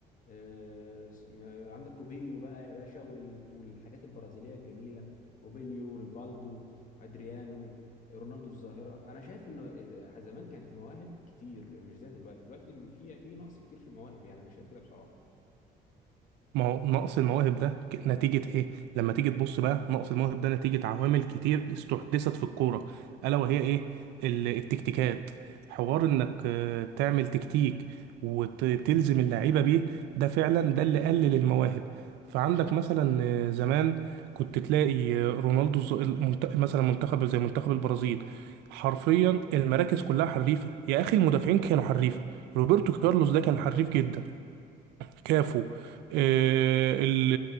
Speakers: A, on the left; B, on the right.
A: آه، يعني عندك روبينيو بقى يا باشا وال- والحاجات البرازيليه الجميله روبينيو ريفالدو ادريانو رونالدو الظاهره انا شايف ان آه، زمان كانت المواهب كتير مش زي دلوقتي دلوقتي في في نقص كتير في المواهب يعني انا شايف كده بصراحه
B: ما هو نقص المواهب ده ك- نتيجة إيه؟ لما تيجي تبص بقى نقص المواهب ده نتيجة عوامل كتير استحدثت في الكورة ألا وهي إيه؟ ال- التكتيكات حوار إنك آه، تعمل تكتيك وتلزم اللعيبة بيه ده فعلا ده اللي قلل المواهب فعندك مثلا آه، زمان كنت تلاقي آه، رونالدو الز- المنت- مثلا منتخب زي منتخب البرازيل حرفيا المراكز كلها حريفة يا أخي المدافعين كانوا حريفة روبرتو كارلوس ده كان حريف جدا كافو آه، ال...